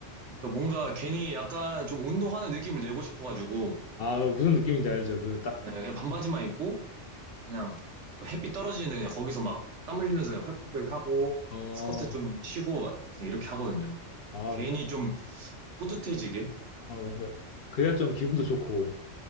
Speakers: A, on the right (about 65°); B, on the left (about 60°).
A: 그러니까 뭔가 괜히 약간 좀 운동하는 느낌을 내고 싶어가지고
B: 아 무슨 느낌인지 알죠? 그 딱.
A: 네, 그냥 반바지만 입고 그냥 그 햇빛 떨어지는데 그냥 거기서 막 땀 흘리면서 그냥 펄펄펄 하고
B: 어.
A: 스커트 좀 치고 막 그냥 이렇게 하거든요.
B: 아,
A: 괜히 좀 뿌듯해지게.
B: 아 맞아. 그래야 좀 기분도 좋고.